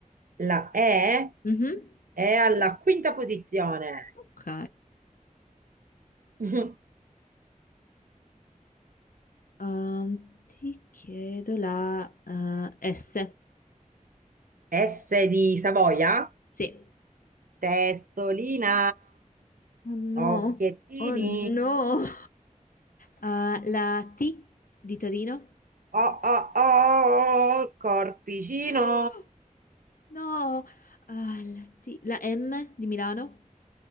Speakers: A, on the right; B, on the left.
A: La E
B: Mhm.
A: è alla quinta posizione.
B: Ok.
A: <laughs>
B: Um, ti chiedo la eh, S.
A: S di Savoia,
B: Sì.
A: testolina,
B: Oh no,
A: occhiettini,
B: oh no. Ah, la T di Torino?
A: oh oh oh, corpicino,
B: <gasps> No, Ah, la T- la M di Milano?